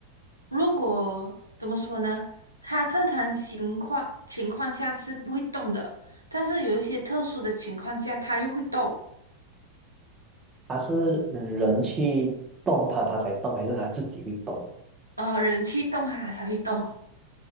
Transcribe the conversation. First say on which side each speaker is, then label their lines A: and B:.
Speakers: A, on the right (about 85°); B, on the right (about 20°).
A: 如果怎么说呢？它正常情况情况下是不会动的，但是有一些特殊的情况下，它又会动，
B: 它是人去动它，它才动，还是它自己会动？
A: 呃，人去动它才会动。